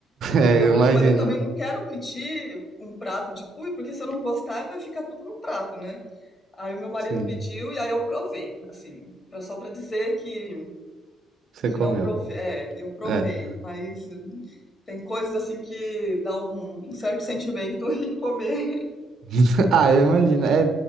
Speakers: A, on the right; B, on the left.
A: É,
B: E
A: eu
B: eu falei
A: imagino.
B: assim: mas eu também não quero pedir um prato de cuy, porque se eu não gostar, vai ficar tudo no prato, né? Aí o meu marido
A: Sim,
B: pediu e aí eu provei, assim, pra, só pra dizer que
A: você comeu.
B: que não provei, é, eu provei,
A: É.
B: mas tem coisas assim que dá um, um certo sentimento <laughs> em comer.
A: <laughs> Ah, eu imagino. É